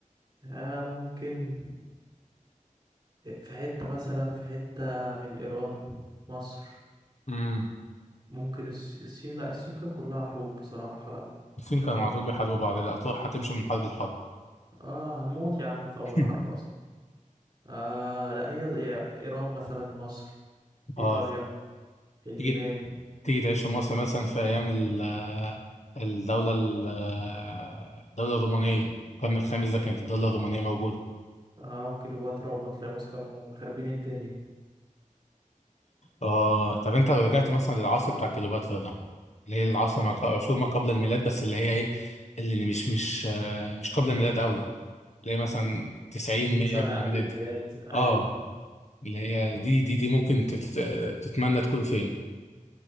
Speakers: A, on the right (about 30°); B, on the left (about 55°).
A: آه ممكن في حته مثلا في حته من ايران مصر
B: امم
A: ممكن الس- الصين لا الصين كانت كلها حروب بصراحه فلا
B: الصين كانوا على طول بيحاربوا بعض لا هتروح هتمشي من حرب لحرب
A: اه هنموت يا عم في اول
B: <laughs>
A: حرب اصلا آه لا هي هي ايران مثلا مصر
B: اه
A: ايطاليا اليونان
B: تيجي تيجي تعيش في مصر مثلا في ايام ال- آه، الدولة ال- آه، الدولة الرومانية القرن الخامس ده كانت الدولة الرومانية موجودة
A: اه وكليوباترا وبطليموس كانوا خاربين الدنيا
B: اه طب انت لو رجعت مثلا للعصر بتاع كليوباترا ده اللي هي العصر ما ق- عصور ما قبل الميلاد بس اللي هي ايه اللي اللي مش مش آه مش قبل الميلاد قوي اللي هي مثلا 90
A: مئة
B: 100
A: سنة
B: قبل الميلاد
A: قبل الميلاد
B: دي
A: أيوة
B: اه اللي هي دي دي دي ممكن تت- تتمنى تكون فين